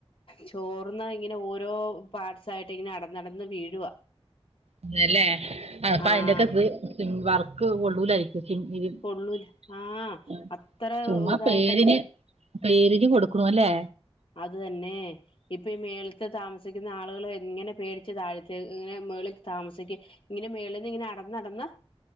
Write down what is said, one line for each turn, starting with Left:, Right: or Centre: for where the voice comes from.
Left: ചോർന്ന് ഇങ്ങനെ ഓരോ പാട്സായിട്ട് ഇങ്ങനെ അടന്നടന്ന് വീഴുവാ.
Right: അതെല്ല അപ്പയ്ന്റെക്കെ
Left: ആഹ്
Right: ത് വർക്ക് കൊള്ളൂലായിരിക്കും. <unintelligible>
Left: കൊള്ളൂല ആഹ് അത്ര
Right: ചുമ്മാ
Left: ഇതായിട്ടല്ലേ
Right: പേരിന്- പേരിന് കൊട്ക്ക്ണു അല്ലേ?
Left: അത് തന്നെ- ഇപ്പൊ ഈ മേളത്ത താമസിക്കുന്ന ആളുകള് എങ്ങനെ പേടിച്ച് താഴെ ഇങ്ങനെ മേളിൽ താമസിക്കും. ഇങ്ങനെ മേളിൽന്ന് ഇങ്ങനെ അനടന്നടന്ന്-